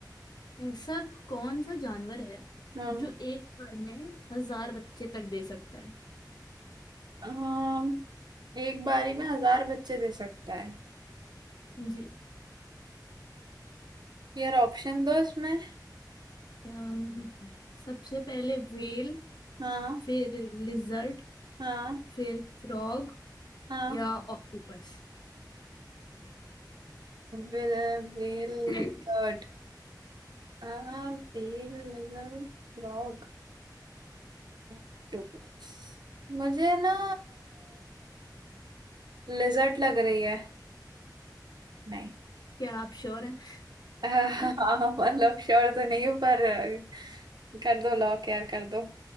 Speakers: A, on the left; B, on the right.
A: है ऐसा कौन सा जानवर है
B: हम्म
A: जो एक बार में हजार बच्चे तक दे सकता है
B: अम, एक बारी में हजार बच्चे दे सकता है
A: जी
B: यार ऑप्शन दो इसमें
A: अम, सबसे पहले व्हेल
B: हाँ
A: फिर लिजर्ड
B: हाँ
A: फिर फ्रॉग
B: हाँ
A: या ऑक्टोपस
B: बेल बेल
A: क्या
B: लेपर्ड आ बेल लेपर्ड फ्रॉग ऑक्टोपस मुझे ना लिजर्ट लग रही है नहीं
A: आप श्योर हैं
B: <laughs> मतलब
A: <laughs>
B: श्योर तो नहीं हूँ पर अ, कर दो लॉक यार कर दो